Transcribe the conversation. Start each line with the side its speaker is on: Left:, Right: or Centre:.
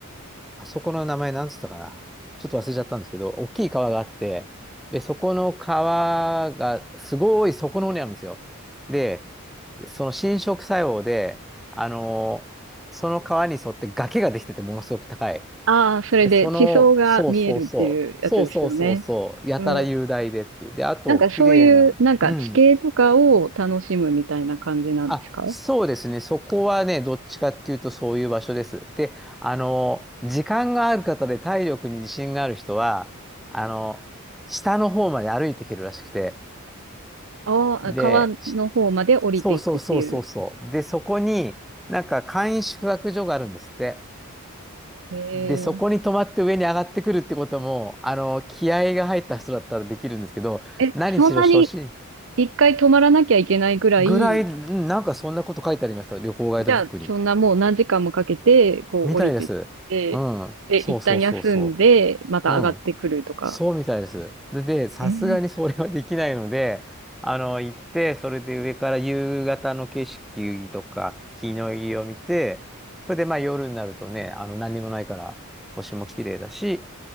Centre: あそこの名前なんつったかな。ちょっと忘れちゃったんですけど、大きい川があって、で、そこの川が、すごいそこの方にあるんですよ。で、その侵食作用で、あのその川に沿って崖ができてて、ものすごく高い。
Right: ああー、それで地層が見えるっていうやつですよね。
Centre: で、その、そうそうそう、そうそうそうそう、やたら雄大でっていう。
Right: うん。
Centre: で、あと、
Right: なんかそういう、
Centre: 綺麗なの。
Right: なんか地形とかを楽しむみたいな感じなんですか
Centre: うん。あ、そうですね。そこはね、どっちかっていうとそういう場所です。で、あの、時間がある方で体力に自信がある人は、あの、下の方まで歩いていけるらしくて。
Right: ああー、
Centre: で、
Right: 川の方まで降りていくっていう。
Centre: しそうそうそうそうそう。で、そこになんか簡易宿泊所があるんですって。
Right: へえ。
Centre: で、そこに止まって上に上がってくるってことも、あの、気合が入った人だったらできるんですけど、
Right: え、
Centre: 何しろ初心
Right: そんなに一回止まらなきゃいけないぐらい
Centre: ぐらい、うんなんかそんなこと書いてありました。旅行ガイドブックに。
Right: じゃあ、そんなもう何時間もかけて、こう降りてって、
Centre: みたいです。うん。
Right: で、
Centre: そうそうそうそ
Right: 一旦休んで、また上がってくるとか。
Centre: う。うん。そうみたいです。で、で、さすがにそれはできないので、
Right: ええ
Centre: あの、行って、それで上から夕方の景色とか、日の入りを見て、それでまあ夜になるとね、あの、何もないから、星も綺麗だし、